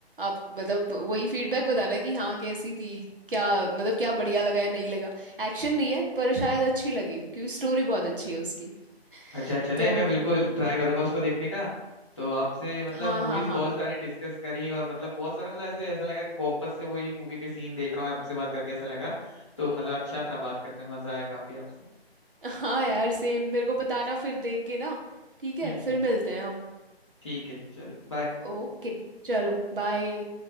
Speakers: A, on the right; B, on the left.
A: आप मतलब वही फीडबैक बताना कि हाँ कैसी थी क्या मतलब क्या बढ़िया लगा या नहीं लगा एक्शन नहीं है पर शायद अच्छी लगे क्योंकि स्टोरी बहुत अच्छी है उसकी
B: अच्छा अच्छा नहीं
A: तो
B: मैं बिल्कुल ट्राई करूंगा उसको देखने का तो आपसे मतलब
A: हाँ
B: मूवीज
A: हाँ हाँ
B: बहुत सारी डिस्कस करी और मतलब बहुत सारे मतलब ऐसे ऐसा लगा कि वापस से वही मूवी के सीन देख रहा हूँ आपसे बात करके ऐसा लगा तो मतलब अच्छा था बात करने में मजा आया काफी आपसे
A: हाँ यार सेम मेरे को बताना फिर देख के ना ठीक है
B: हम्म
A: फिर
B: हम्म,
A: मिलते हैं हम
B: ठीक है चलो बाय
A: ओके चलो बाय